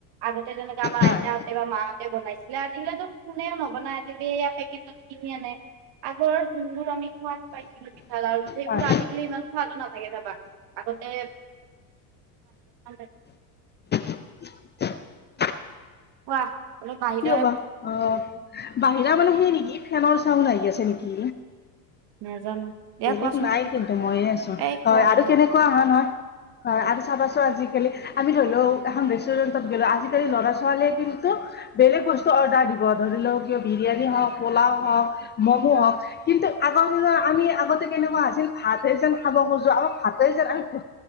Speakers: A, on the right; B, on the left.
A: আগতে তেনেকে আমাৰ
B: হয়
A: আইতাহঁতে বা মাহঁতে বনাইছিলে <unintelligible> কোনেও নবনাই আজি বেয়া পেকেটত কিনি আনে। আগৰ যোনবোৰ আমি সোৱাদ পাইছিলো পিঠা লাৰুট আৰু সেইবোৰ
B: হয়
A: আজিকালি ইমান সোৱাদো নাথাকে চাবা। আগতে <unintelligible>
B: <inaudible>
A: কোৱা। অলপ বাহিৰত
B: কি হবা আহ বাহিৰা মানে সেই নেকি ফেনৰ চাউণ্ড আহি আছে নেকি?
A: নাজানো দিয়া
B: বেলেগ
A: কোৱাচোন
B: নাই
A: তুমি
B: কিন্তু ময়েই আছো
A: কোৱা এই
B: হয়
A: কোৱা
B: আৰু
A: কোৱা।
B: কেনেকুৱা অহা নহয়। হয় আৰু চাবাচোন আজিকালি আমি ধৰি লও এখন ৰেষ্টুৰেন্টত গলো আজিকালি ল'ৰা ছোৱালীয়ে কিন্তু ত <inaudible> বেলেগ বস্তু অৰ্ডাৰ দিব ধৰি লওক কিয় বিৰিয়ানী হওক পোলাও হওক ম'ম' হওক কিন্তু আগৰ আমি আগতে কেনেকুৱা আছিল ভাতেই যেন খাব খোজো আমাক ভাতে যেন আমি